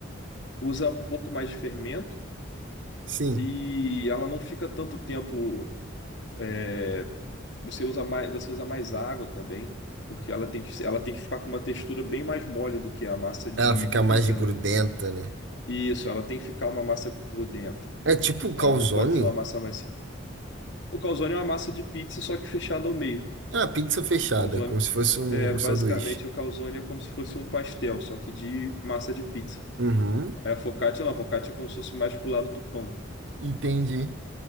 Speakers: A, on the left; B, on the right.
A: usa um pouco mais de fermento
B: sim.
A: e ela não fica tanto tempo. é, você usa mais, você usa mais água também, porque ela tem que, ser- ela tem que ficar com uma textura bem mais mole do que a massa de,
B: Ela fica
A: de pizza,
B: mais grudenta,
A: né?
B: né?
A: Isso, ela tem que ficar uma massa grudenta.
B: É tipo um
A: Ela
B: calzone?
A: não pode ser uma massa mais. O calzone é uma massa de pizza, só que fechada ao meio.
B: Ah, pizza fechada,
A: O calzone.
B: como se fosse um,
A: É,
B: um sanduíche.
A: basicamente, o calzone é como se fosse um pastel, só que de massa de pizza.
B: Uhum,
A: Aí a focaccia não, a focaccia é como se fosse mais pro lado do pão.
B: entendi.